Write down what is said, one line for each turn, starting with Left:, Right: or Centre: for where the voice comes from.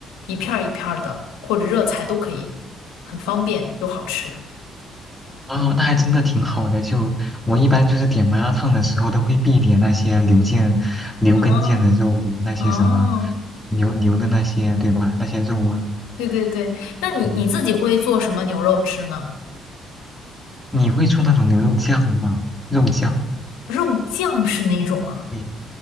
Left: 一片儿一片儿的，或者热菜都可以，很方便又好吃。
Centre: 哦，那还真的挺好的。就我一般就是点麻辣烫的时候，都会必点那些牛腱、牛跟腱的肉啊，
Left: 哦
Centre: 那些什么
Left: 哦，
Centre: 牛牛的那些，对吧？那些肉啊，
Left: 对对对，那你你自己会做什么牛肉吃呢？
Centre: 嗯，你会做那种牛肉酱吗？肉酱。
Left: 肉酱是哪种啊？
Centre: 对